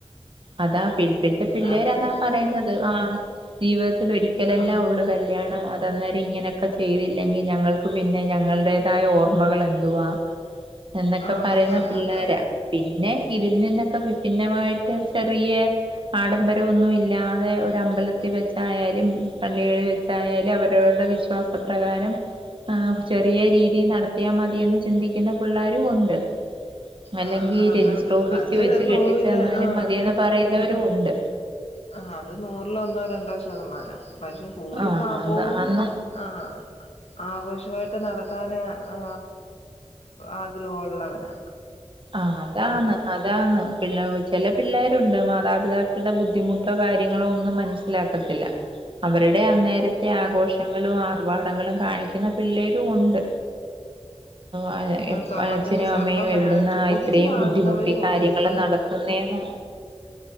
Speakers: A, on the right (about 50°); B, on the left (about 70°).
A: അതാ ഇപ്പകെ
B: ഉം
A: പിള്ളേരതാ
B: അന്നേരം
A: പറയുന്നത് ആ ജീവ് ത്തി ഒരിക്കലല്ലാ
B: ആ
A: ഉള്ളത് കല്യാണം അത് അന്നേരം ഇങ്ങനെയൊക്കെ ചെയ്തില്ലെങ്കിൽ ഞങ്ങൾക്ക് പിന്നെ ങ്ങളടേതായ ഓർമ്മകൾ എന്തുവാ എന്നൊക്കെ
B: ആ
A: പറയുന്ന
B: അതാണ്
A: പിള്ളോര പിന്നെ. ഇതിൽ നിന്നൊക്കെ വിഭിന്നമായിട്ട് ചെറിയെ ആഡംബരംൊ ഒന്നും ഇല്ലാതെ ഒരു അമ്പലത്തിൽ വെച്ചായാലും പള്ളികളിൽ വെച്ചായാലും അവര ടെ വിശ്വാസ പ്രകാരം. ആർ ചെറിയ രീതി നടത്തിയാ മതിയെന്ന് ചിന്തിക്കുന്ന പിള്ളരും ഉണ്ട്. അല്ലെങ്കി
B: ആ
A: രജിസ്റ്റർ
B: അതാണ്
A: ഓഫീസി
B: അത്
A: വെച്ച് കെട്ടിച്ചു
B: നൂറില്
A: തന്നാലും
B: ആ
A: മതിയന്ന് പറയുന്നവരും ഉണ്ട്.
B: ആ അത് നൂറില് ഒന്നോ രണ്ടോ ശതമാനം. പക്ഷെ ഭൂരിഭാഗവും
A: ആഹ് അന്ന് ആന്ന്
B: ആ ആഘോഷായിട്ട് ഒ നടത്താൻ ആ ആഗ്രഹോള്ളവരാ
A: ആ അതാണ് അതാണ് പിള്ള ചില പിള്ളേരുണ്ട് മാതാപിതാക്കളുടെ ബുദ്ധിമുട്ടോ കാര്യങ്ങളോ ഒന്നും മനസ്സിലാക്കത്തില്ല. അവരുടെ അന്നേരത്തെ ആഘോഷ ഷങ്ങളും ആർഭാടങ്ങളും കാണിക്കുന്ന പിള്ളേരും ഉണ്ട്. ആ
B: സ്വർണത്തിന്
A: അച്ഛനും
B: സ്വർണം
A: അമ്മയും എവി
B: വേണം
A: ആ
B: ചോദിച്ചു
A: ഇത്രയും
B: വാങ്ങുന്നവരും
A: ബുദ്ധിമുട്ടി കാര്യങ്ങൾ
B: ഉണ്ട്
A: നടത്തുനേനും